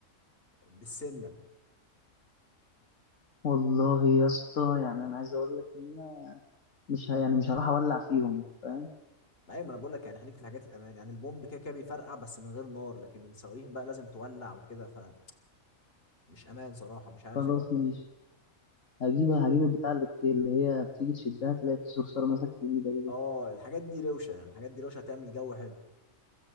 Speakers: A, on the left; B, on the left.
A: بالسنه
B: والله يا اسطى يعني انا عايز اقول لك ان انا مش ه... يعني مش هروح اولع فيهم فاهم
A: ايوه ما انا بقول لك يعني خليك في الحاجات الامان يعني البومب كده كده بيفرقع بس من غير نار لكن الصواريخ بقى لازم تولع وكده فمش امان صراحه مش عارف
B: خلاص
A: انت ايه رايك
B: ماشي هجيب هجيب البتاع اللي, بت... اللي هي بتيجي تشدها تلاقي في صرصار ماسك في ايدك دي
A: اه الحاجات دي روشه يعني الحاجات دي روشه هتعمل جو حلو